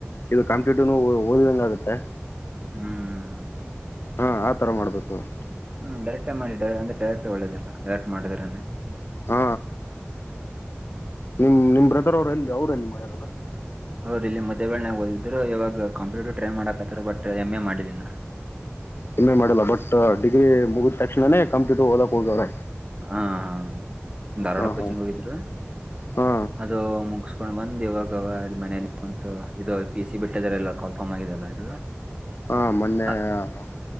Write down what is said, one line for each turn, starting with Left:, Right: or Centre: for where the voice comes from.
Left: ಇದು ಕಾಂಪಿಟೇಟಿವ್ನು ಓದಿದಂಗ ಆಗುತ್ತೆ.
Right: ಹ್ಮ್
Left: ಹಾ ಆ ತರ ಮಾಡ್ಬೇಕದು. ಕಠ.
Right: ಹ್ಮ್ ಡೈರೆಕ್ಟೇ ಮಾಡಿ ಡ ಅಂದ್ರೆ ಡೈರೆಕ್ಟ್ ಒಳ್ಳೇದಲ್ಲಡರೆಕ್ಟ್ ಮಾಡಿದ್ರನ್ನೆ.
Left: ಹ್ಮ. ನಿಮ್ ನಿಮ್ ಬ್ರದರ್ ಅವ್ರ ಎಲ್ಲಿ ಅವ್ರ ಎಲ್ಲಿ ಮಾಡಿರೋದು.
Right: ಅವರು ಇಲ್ಲಿ ಮುದ್ದೇಬಿಹಾಳನಗ ಓದಿದ್ರು ಇವಾಗ ಕಂಪ್ಯೂಟರ್ ಟ್ರೈ ಮಾಡಕತ್ತಾರ ಬಟ್ ಎಮ್ ಎ ಮಾಡಿಲ್ಲ ಇನ್ನ.
Left: ಎಂ ಎ ಮಾಡಿಲ್ಲ. ಬಟ್ ಡಿಗ್ರಿ ಮುಗಿದ ತಕ್ಷಣನೇ ಕಂಪ್ಯೂಟರ್ ಓದಕ್ ಹೋಗವ್ರೆ.
Right: ಹಾ ಹಾ ಧಾರವಾಡ
Left: ಹಾ
Right: ಕೋಚಿಂಗ್
Left: ಹಾ
Right: ಹೋಗಿದ್ರು.
Left: ಹಾ
Right: ಅದು, ಮುಗಿಸಸ್ಕೊಂಡ್ ಬಂದ್ ಇವಾಗವ ಅಲ್ಲಿ ಮನಲಿ ಕುಂತು ಇದು ಪಿ ಸಿ ಬಿಟ್ಟದಾರಲ್ಲ ಕಾಲ್ಫಾರ್ಮ್ ಆಗಿದೆಲ್ಲ ಇದು.
Left: ಹಾ ಮೊನ್ನೆ
Right: ಅ-
Left: ಹ